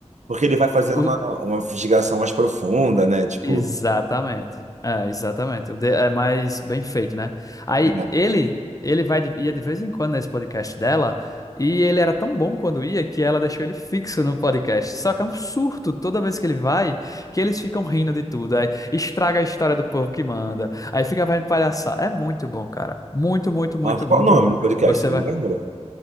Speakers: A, on the right; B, on the left.
A: porque ele vai fazendo
B: o-
A: uma, uma investigação mais profunda, né? Tipo,
B: exatamente. É, exatamente. O de- É mais bem feito, né? Aí
A: é.
B: ele ele vai de- ia de vez em quando nesse podcast dela e ele era tão bom quando ia que ela deixou ele fixo no podcast. Só que é um surto toda vez que ele vai, que eles ficam rindo de tudo. Aí estraga a história do povo que manda. Aí fica vendo palhaçada. É muito bom, cara. Muito, muito, muito,
A: Nossa, qual
B: muito
A: é o nome
B: bom.
A: do podcast?
B: Você
A: Você
B: vai.
A: Lembra?